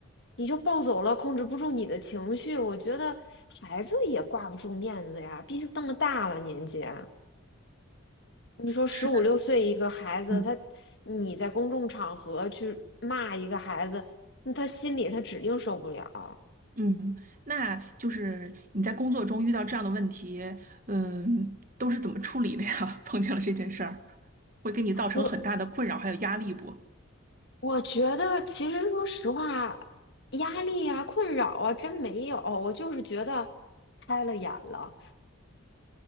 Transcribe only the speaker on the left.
你就暴走了，控制不住你的情绪。我觉得孩子也挂不住面子呀，毕竟这么大了年纪啊。你说十五六岁一个孩子，
他你在公众场合去骂一个孩子，那他心里他指定受不了。
我我觉得其实说实话，压力啊、困扰啊，真没有。我就是觉得开了眼了。